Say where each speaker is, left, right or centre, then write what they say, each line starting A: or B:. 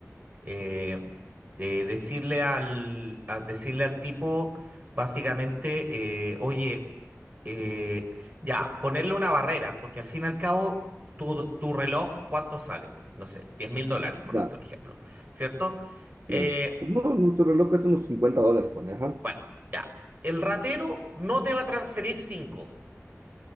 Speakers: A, on the right; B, on the right.
A: eh, eh, decirle al, a decirle al tipo, básicamente, eh, oye, eh, ya, ponerle una barrera, porque al fin y al cabo, tu, tu reloj, ¿cuánto sale? No sé, 10 mil dólares, por
B: Ya,
A: darte un ejemplo, ¿cierto? Eh,
B: ya. No, nuestro reloj cuesta unos 50 dólares, pone, ajá.
A: bueno, ya, el ratero no te va a transferir cinco